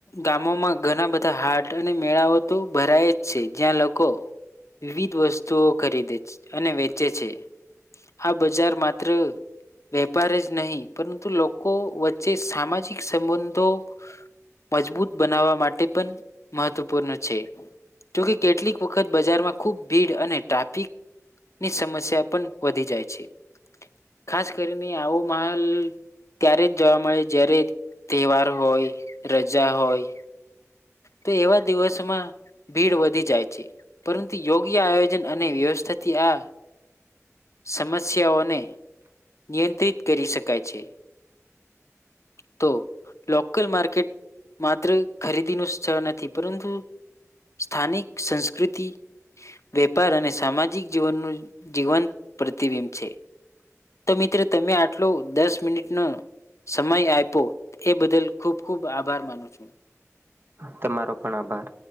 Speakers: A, on the left; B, on the right.
A: ગામોમાં ઘણા બધા હાટ અને મેળઓ તો ભરાય જ છે, જ્યાં લોકો વિવિધ વસ્તુઓ ખરીદે અને વેચે છે, આ બજાર માત્ર વેપાર જ નહીં પરંતુ લોકો વચ્ચે સામાજિક સંબંધો. મજબૂત બનાવવા માટે પણ મહત્વપૂર્ણ છે, જોકે કેટલીક વખત બજારમાં ખુબ ભીડ અને ટ્રાફિકની સમસ્યા પણ વધી જાય છે, ખાસ કરીને આવો માહોલ ત્યારે જ જોવા મળે જ્યારે તહેવાર. હોય <unintelligible> હોય તો એવા દિવસોમાં ભીડ વધી જાય છે, પરંતુ યોગ્ય આયોજન અને વ્યવસ્થાથી આ સમસ્યાઓને નિયંત્રિત કરી શકાય છે, તો લોકલ માર્કેટ માત્ર ખરીદી ન સ્થળ નથી પરંતુ સ્થાનિક સંસ્કૃતિ વેપાર અને સામાજિક જીવનનું જીવંત. પ્રતિબિંબ છે, તો મિત્ર તમે આટલો દસ મિનિટ <unintelligible> સમય <unintelligible> એ બદલ ખૂબ ખૂબ આભાર માનું છું.
B: તમારો પણ આભાર.